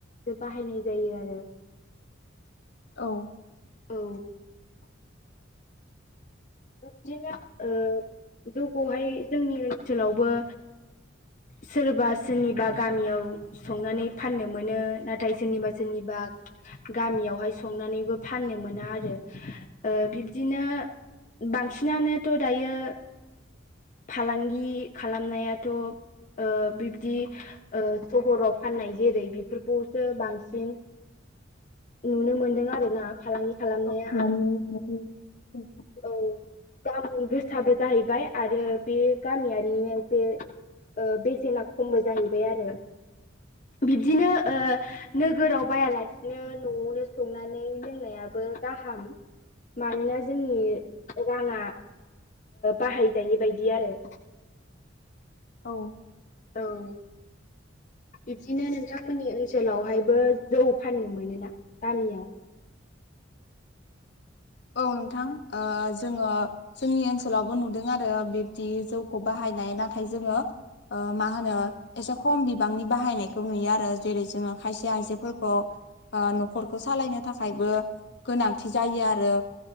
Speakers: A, on the left; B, on the left.
A: बे बाहायनाय जायो आरो।
B: औ
A: औ। बिब्दिनो ओ जौखौहाय जोंनि ओनसोलावबो सोरबा सोरनिबा गामियाव संनानै फाननो मोनो नाथाय सोरनिबा सोरनिबा गामियावहाय संनानैबो फाननो मोना आरो ओ बिब्दिनो बांसिनानोथ' दायो फालांगि खालामनायाथ' ओ बिब्दि ओ सहराव फाननाय जेरै बेफोरखौसो बांसिन नुनो मोनदों आरो ना फालां खालामनाया
B: <unintelligible>
A: औ दाम गोसाबो जाहैबाय आरो बे गामियारिनि जे ओ बेसेना खमबो जाहैबाय आरो बिदिनो ओ नोगोराव बायालासिनो न'आवनो संनानै लोंनायाबो गाहाम मानोना जोंनि राङा बाहायजायै बायदि आरो
B: औ
A: औ बिबदिनो नोंथांमोननि ओनसोलावहायबो जौ फाननो मोनोना गामियाव
B: औ नोंथां ओ जोङो जोंनि ओनसोलावबो नुदों आरो बिब्दि जौखौ बाहायनाय नाथाय जोङो ओ मा होनो एसे खम बिबांनि बाहायनायखौ नुयो आरो जेरै जोङो खायसे आइजोफोरखौ ओ न'खरखौ सालायनो थाखायबो गोनांथि जायो आरो।